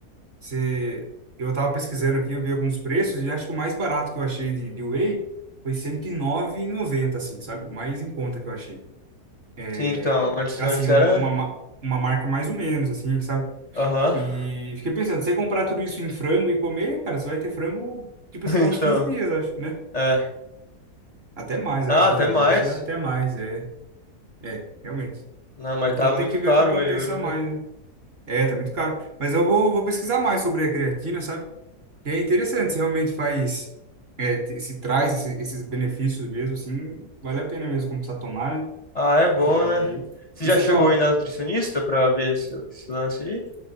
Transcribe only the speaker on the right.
você... eu tava pesquisando aqui, eu vi alguns preços e acho que o mais barato que eu achei de, de whey foi cento e nove e noventa, assim, sabe? O mais em conta que eu achei.
É,
Assim,
um- uma, ma- uma marca mais ou menos, assim, sabe?
E
fiquei pensando, se você comprar tudo isso em frango e comer, cara, você vai ter frango, tipo assim,
vai uns 15 dias, acho, né?
Até mais,
acho,
15
dias. Acho que dá até mais, é. É, realmente.
Então
tem que ver
o que compensa
mais,
né? É, tá muito caro. Mas eu vou, vou pesquisar mais sobre a creatina, sabe? E é interessante, se realmente faz, é, te- se traz esse- esses benefícios mesmo, assim, vale a pena mesmo começar a tomar, né?
E aí.
E
você
toma.